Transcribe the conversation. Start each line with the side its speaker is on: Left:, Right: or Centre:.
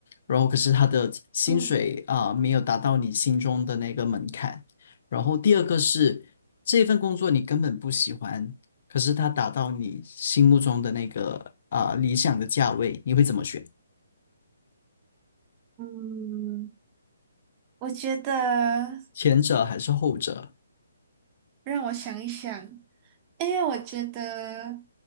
Left: 然后可是他的薪水啊、
Right: 嗯
Left: 没有达到你心中的那个门槛，然后第二个是这份工作你根本不喜欢。可是它达到你心目中的那个啊、呃理想的价位，你会怎么选？
Right: 嗯，我觉得
Left: 前者还是后者？
Right: 让我想一想，因为我觉得